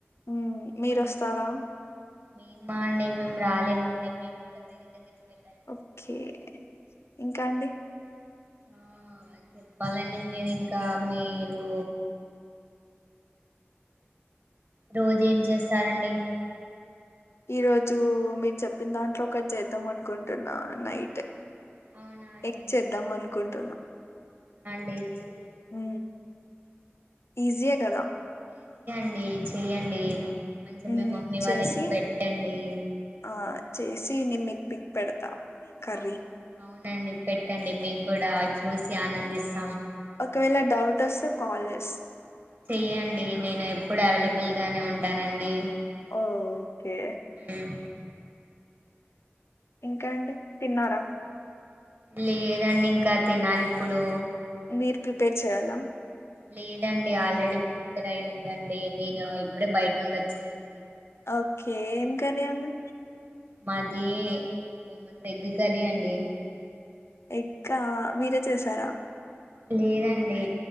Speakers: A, on the left; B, on the right.
A: హ్మ్. మీరొస్తారా?
B: మంచి మీ మా అండి మేము రాలేంమండి, మీం కూడా వేరే దగ్గరికి వెళ్
A: ఓకే, ఇంకా అండి.
B: ఆ చెప్పాలంని మీరు ఇంకా మీరు రోజేం చేస్సారండి.
A: ఈ రోజు మీరు చెప్పిన దాంట్లో ఒకటి చేద్దాం అనుకుంటున్నా నైట్
B: అవునా అండి
A: ఎక్ చేద్దాం అనుకుంటున్న
B: లేచి
A: ఉ ఈజియే కదా
B: ఈజీ అండి మంచిగా
A: మ్మ్
B: మీ మమ్మీ వాళ్ళకి
A: చేసి
B: పెట్టండి
A: ఆ చేసి నేను మీకీ పిక్ పెడతా కర్రీ
B: అవును అవును నండి పెట్టండి మేము కూడా చూసి ఆనందిస్తాం.
A: ఒకవేళ డౌట్ వస్తా కాల్ చేస్తా
B: చెయ్యండి నేను ఎప్పుడు అవైలబుల్ గానే ఉంటానండి
A: ఓ ఓకే
B: మ్మ్
A: ఇంకా అండి తిన్నారా
B: లేదండి ఇంకా తినాలి ఇప్పుడు
A: మీరు ప్రిపేర్ చేయాలా
B: లేదండి ఆల్రెడీ ప్రిపేర్ అయి ఉందండి నేను ఇప్పుడే బయట నుండి వచ్చానండి.
A: ఓకే ఏం కర్రీ అండి
B: మాది ఏవంట ఎగ్ కర్రీ అండి
A: ఎగ్ ఆ మీరే చేసారా
B: లేదండి